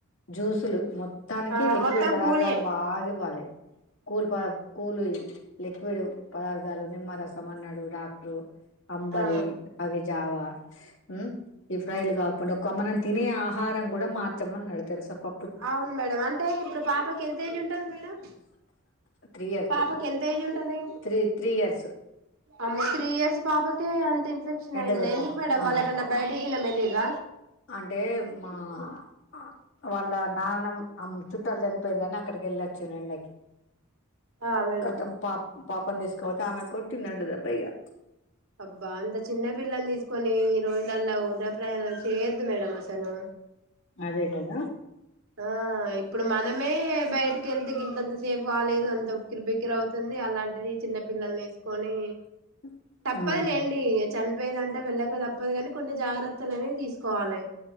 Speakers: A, on the left; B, on the right.
A: జ్యూసులు మొత్తానికి
B: ఆ
A: లిక్విడ్
B: మొత్తం
A: పదార్థాలు
B: కూలియే
A: బాగా ఇవ్వాలె కూల్ పదా కూల్ లిక్విడ్ పదార్థాలు నిమ్మరసం అన్నడు డాక్టరు అంబలి
B: ఆ
A: రగి జావా హు ఈ ఫ్రైలు కాకుండా ఒక మనం తినే ఆహారం కూడా మార్చామన్నాడు తెలుసా ప
B: అవును మేడం అంటే ఇప్పుడు పాపకి ఎంత ఏజ్ ఉంటది మేడం
A: త్రీ ఇయర్స్
B: పాపకి ఎంత ఏజ్ ఉంటది
A: త్రీ త్రీ ఇయర్స్
B: అమ్మో త్రీ ఇయర్స్ పాప కే అంత ఇన్ఫెక్షన్
A: ఎండ
B: అయిందా
A: దెబ్బకు
B: ఎందుకు మేడం వెళ్ళేటన్న
A: ఆ
B: బయట గిన వెళ్లిర్ర
A: అంటే మా ఆ వాళ్ళ నాన్న అమ్మ చు చుట్టాలు చనిపోయింరని అక్కడికి వెళ్ళొచ్చిల్లు ఎండకి
B: ఆ మేడం
A: కథం పా పాపం తీసుకపోతే ఆమెకు కొట్టిన్నండు ఆట దెబ్బాయిగా
B: అబ్బా అంత చిన్న పిల్లని తీసుకొని ఈ రోజులలా వృధా ప్రయాణాలు చేయొద్దు మేడం అసలు
A: అదే కదా
B: ఆ ఇప్పుడు మనమే బయట కెళ్తే గింతంత సేపు కాలేదు అంత ఉక్కిరి బికిర అవుతుంది అలాంటిది చిన్న పల్లల్ని వేసుకొని
A: <inaudible>
B: తప్పదు
A: ఉమ్
B: లేండి ఈగ చనిపోయరంటె వెళ్ళక తప్పదు కానీ కొన్ని జాగ్రత్తలు అనేవి తీసు కోవాలే